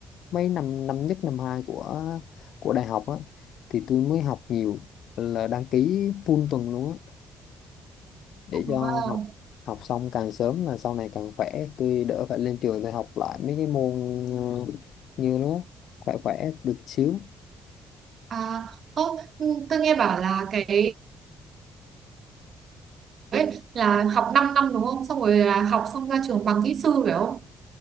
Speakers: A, on the left; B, on the right.
A: mấy năm năm nhất năm hai của của đại học á thì tôi mới học nhiều là đăng ký full tuần luôn á để
B: À,
A: cho học học xong càng sớm là sau này càng khỏe tôi đỡ phải lên trường để học lại mấy cái môn ờ, như nó khỏe khỏe được xíu
B: à, ô, ừ, tôi nghe bảo là cái ấy, là học 5 năm đúng không? Xong rồi là học xong ra trường bằng kỹ sư phải không?